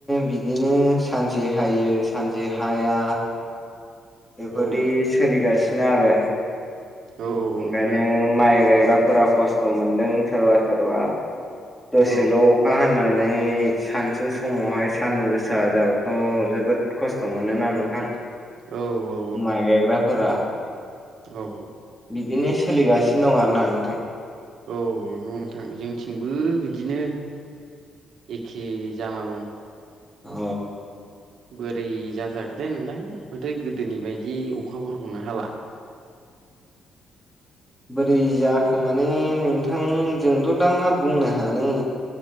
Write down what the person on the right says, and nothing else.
औ
औ
नोंथां
औ
औ औ
औ
औ नंगौ नोंथां जोंथिंबो बिदिनो एखे जाना दं
बोरै जाथारखोथाय नोंथां माथाय गोदोनि बायदि अखाफोरखौनो हाला